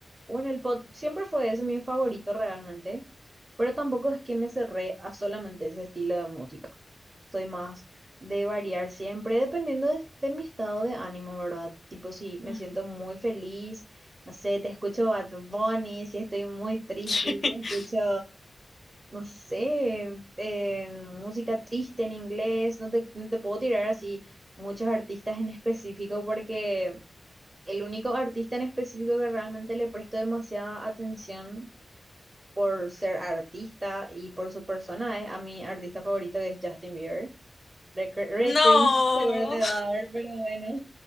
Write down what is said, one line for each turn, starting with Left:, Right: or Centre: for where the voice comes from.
Right: Bueno, el pot siempre fue ese mi favorito realmente, pero tampoco es que me cerré a solamente ese estilo de música. Soy más de variar siempre, dependiendo de, de mi estado de ánimo, ¿verdad? Tipo, si me
Left: ujú.
Right: siento muy feliz, no sé, te escucho Bad Bunny, si estoy muy triste,
Left: <laughs>
Right: te escucho, no sé, eh, música triste en inglés, no te, no te puedo tirar así muchos artistas en específico porque el único artista en específico que realmente le presto demasiada atención por ser artista y por su persona es a mi artista favorito que es Justin Bieber. Re, cr- re
Left: No,
Right: cringe <laughs> seguro te va a dar, pero bueno.